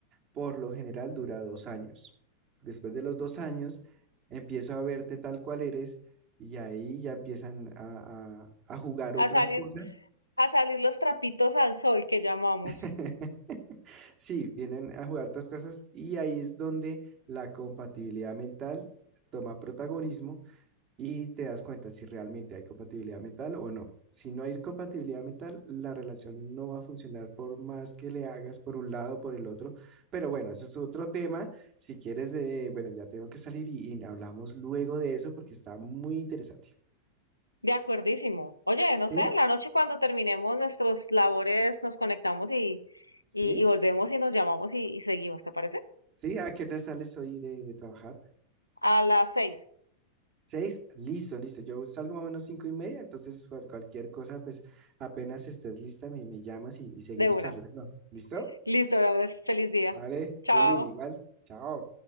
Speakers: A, on the right; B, on the left.
A: por lo general dura dos años. Después de los dos años, empiezo a verte tal cual eres y ahí ya empiezan a, a a jugar otras
B: A salir,
A: cosas.
B: a salir los trapitos al sol que llamamos.
A: <clears throat> Sí, vienen a jugar otras cosas y ahí es donde la compatibilidad mental toma protagonismo y te das cuenta si realmente hay compatibilidad mental o no. Si no hay compatibilidad mental, la relación no va a funcionar por más que le hagas por un lado o por el otro. Pero bueno, eso es otro tema. Si quieres, de, bueno, ya tengo que salir y, y hablamos luego de eso porque está muy interesante.
B: De acuerdísimo. Oye, no sé,
A: ¿Sí?
B: en la noche cuando terminemos nuestros labores nos conectamos y,
A: ¿Sí?
B: y, y volvemos y nos llamamos y, y seguimos, ¿te parece?
A: ¿Sí? ¿A qué hora sales hoy de, de trabajar?
B: A las seis,
A: Seis, listo, listo. Yo salgo más o menos cinco y media, entonces cual- cualquier cosa, pues apenas estés lista, me, me llamas y, y seguimos
B: de una.
A: charlando. ¿Listo?
B: Listo, Andrés, feliz día.
A: Vale,
B: Chao.
A: Juli, igual. Chao.